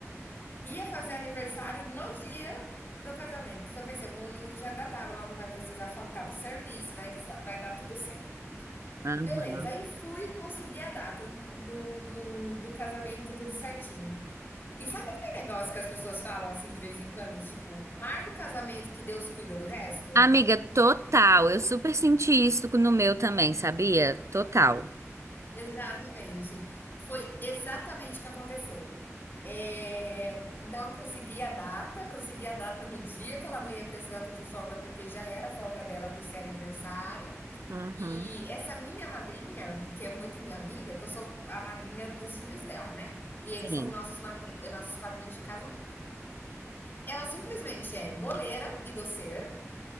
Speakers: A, on the left; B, on the right.
A: ia fazer aniversário no dia do casamento. Então eu pensei, eu vou unir o útil ao agradável, ela não vai precisar faltar do serviço, vai, vai dar tudo certo.
B: aham.
A: Beleza, aí fui conseguir a data do, do, do casamento, tudo certinho. E sabe aquele negócio que as pessoas falam assim de vez em quando? Tipo, marca o casamento que Deus cuida do resto?
B: Amiga, total. Eu super senti isso no meu também, sabia? Total.
A: Exatamente. Foi exatamente o que aconteceu. É, Então, eu consegui a data, consegui a data no dia que ela não ia precisar pedir folga, porque já era folga dela por ser aniversário.
B: Uhum.
A: E essa minha madrinha, que é muito minha amiga, que eu sou a madrinha dos filhos dela, né? E eles
B: Sim.
A: são nossos, madri... nossos padrinhos de casamento. Ela simplesmente é boleira e doceira.